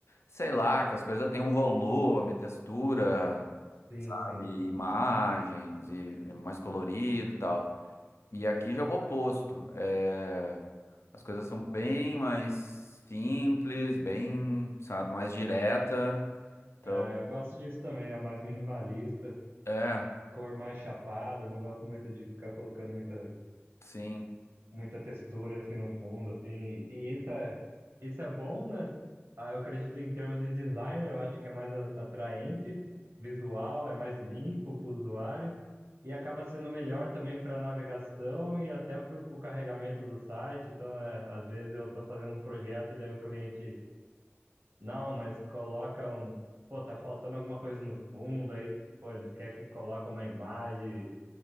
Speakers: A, on the left; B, on the right.
A: sei lá, que as coisas têm um volume, textura,
B: Sim,
A: sabe?
B: sim.
A: Imagens e é mais colorido e tal. E aqui já é o oposto. É, as coisas são bem mais simples, bem, sabe, mais direta. Então,
B: É, Eu gosto disso também, é mais minimalista.
A: é,
B: cor mais chapada, eu não gosto muito de ficar colocando muita,
A: sim.
B: muita textura assim no fundo, assim. E isso é, isso é bom, né? Ah, Eu acredito em termos de designer, eu acho que é mais a- atraente, visual, é mais limpo para o usuário e acaba sendo melhor também para navegação e até para o carregamento do site. Então, é, às vezes eu estou fazendo um projeto e daí o cliente, não, mas coloca um, pô, tá faltando alguma coisa no fundo, aí, pô, eles querem que coloque uma imagem